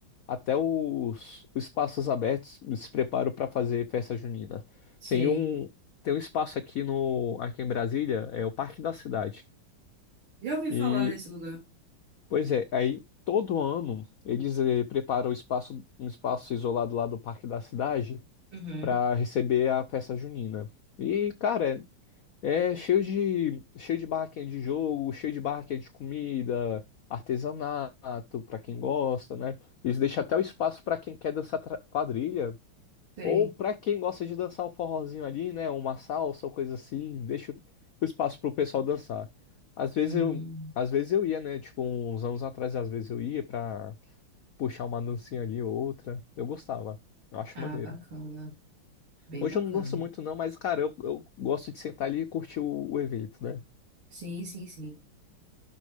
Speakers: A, on the left (about 70°); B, on the right (about 80°).
A: até os, os espaços abertos se preparam para fazer festa junina.
B: sei.
A: Tem um tem um espaço aqui no aqui em Brasília, é o Parque da Cidade.
B: Já ouvi falar
A: E
B: desse lugar.
A: pois é, aí todo ano eles eh, preparam o espaço um espaço isolado lá do Parque da Cidade
B: Uhum,
A: para receber a festa junina. E, cara, é cheio de cheio de barraquinha de jogo, cheio de barraquinha de comida, artesanato para quem gosta, né? Eles deixam até o espaço para quem quer dançar tra- quadrilha
B: sei.
A: ou para quem gosta de dançar o forrozinho ali, né? Uma salsa ou coisa assim, deixa o espaço pro pessoal dançar. Às vezes
B: Hum,
A: eu Às vezes eu ia, né? Tipo, uns anos atrás, às vezes eu ia pra puxar uma dancinha ali ou outra. Eu gostava. Eu acho
B: Ah,
A: maneiro.
B: bacana. Bem
A: Hoje
B: bacana.
A: eu não danço muito não, mas, cara, eu, eu gosto de sentar ali e curtir o, o evento, né?
B: Sim, sim, sim.